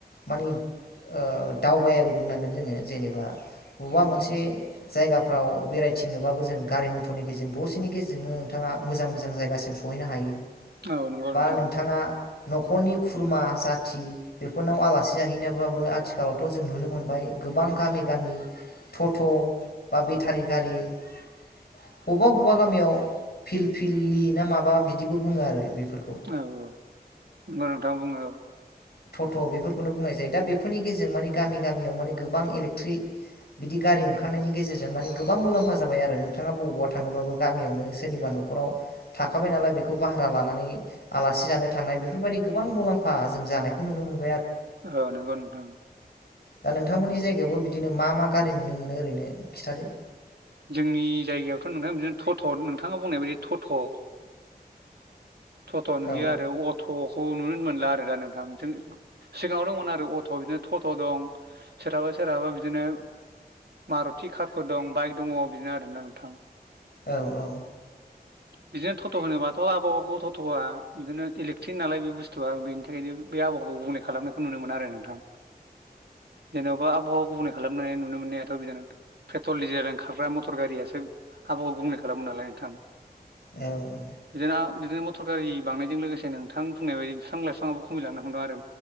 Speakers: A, on the left; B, on the right.
A: मानि ओ दावबायारि बुंनांगोन जोङो जेनेबा बबेबा मोनसे जायगाफ्राव बेरायथिंनोबाबो जों गारि मथरनि गेजेरजों दसेनि गेजेरजोंनो नोंथां मोजां मोजां जायगासिम सहैनो हायो
B: औ नंगौ
A: बा
B: नोंथां।
A: नोंथाङा न'खरनि खुरमा जाथि बेफोरनाव आलासि जाहैनोबाबो आथिखालावथ' जों नुनो मोनबाय गोबां गामि गामि थ'थ' बा बेथारि गारि बबेबा बबेबा गामियाव फिल फिललि ना माबा बिदिबो बुङो आरो बेफोर
B: औ औ होनबा नोंथाङा बुङो औ
A: थ'थ' बेफोरखौनो बुंनाय जायो दा बेफोरनि गेजेरजों माने गामि गामियाव माने गोबां इलेक्ट्रि बिदि गारि ओंखारनायनि गेजेरजों माने गोबां मुलाम्फा जायबाय आरो नोंथाङा बबावबा थांनोबाबो गामियावनो सोरनिबा न न'खराव थाखाबाय नालाय बेखौ भारा लानानै आलासि जानो थांनाय बेफोरबायदि गोबां मुलाम्फा जों जानायखौ नुनो मोनो।
B: औ नंगौ नोंथां।
A: दा नोंथांमोननि जायगायावबो बिदिनो मा मा गारि नुनो मोनो ओरैनो खिन्थादो
B: जोंनि जायगायावथ' नोंथां बिदिनो थ'थ' नोंथाङा बुंनाय बायदि थ'थ' थ'थ' नुयो
A: औ
B: आरो अथ' खौ नुनो मोनला आरो दा नोंथां जों सिगाङाव दंमोन आरो अथ' बिदिनो थ'थ' दं सोरहाबा सोरहाबा बिदिनो मारुथि कारफोर दं बाइक दङ बिदिनो आरोना नोंथां।
A: औ औ।
B: बिदिनो थट' होनोबाथ' आबहखौ थटथ'आ बिदिनो इलेकटिक नालाय बे बुस्थुआ बेनि थाखायनो बे आबहावाखौ गुबुंनायखौ नुनो मोनो आरो नोंथां जेन'बा आबहावा अबुनो खालामनाय नुनो मोननायाथ' <unintelligible> पेथल डिजेलजों खारग्रा मटर गारियासो हाबावा गुबुंले खालामनो। दालाय नोंथां
A: औ औ
B: बिदिनो आ- बिदिनो मथर गारि बांनायजों लोगोसे नोंथां बुंनाय बायदि बिफां लाइफांङाबो खमायलांनो हमदों आरो